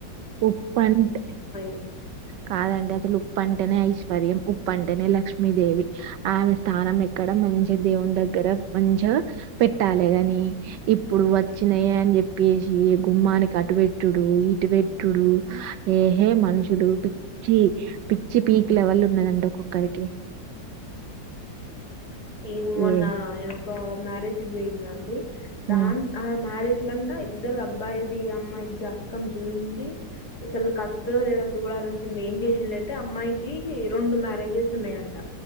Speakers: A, on the right; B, on the left.
A: ఉప్పు అంటే
B: ఇది.
A: కాదండి అసలు ఉప్పు అంటేనే ఐష్ పర్యం ఉప్పంటేనే లక్ష్మీదేవి ఆమె స్థానం ఎక్కడ మంచి దేవుని దగ్గర మంచి అ పెట్టాలేగని ఇప్పుడు వచ్చినయ అని చెప్పేసి గుమ్మానికి అటు పెట్టు డు ఇటు వెట్ టుడు ఏహే మనుషులు పిచ్చి పిచ్చి పీక్ లెవెల్ ఉన్నదండి ఒక్కొక్కరికి
B: ఈన్ మొన్నా
A: ఏ
B: నేనొక మ్యారేజ్క్ పోయిన్నండి దాన్
A: హ్మ్
B: ఆ మ్యారేజ్ కంట ఇద్దరు అబ్బాయిది అమ్మాయిది జాతకం జూయించి అసలు కల్త్ లేదో జూడాల చం ఏం చేసిళ్లంటే అమ్మాయికి రెండు మ్యారేజెస్ ఉన్నాయంట